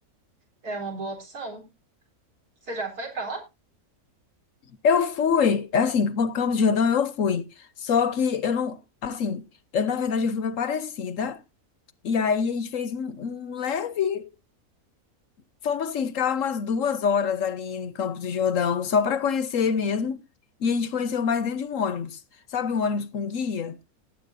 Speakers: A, on the right; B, on the left.
A: é uma boa opção. Você já foi pra lá?
B: Eu fui, assim, com Campos de Jordão eu fui. Só que eu não, assim, eu na verdade eu fui pra Aparecida. E aí a gente fez um, um leve, fomos assim, ficar umas duas horas ali em Campos do Jordão, só para conhecer mesmo. E a gente conheceu mais dentro de um ônibus. Sabe, um ônibus com guia?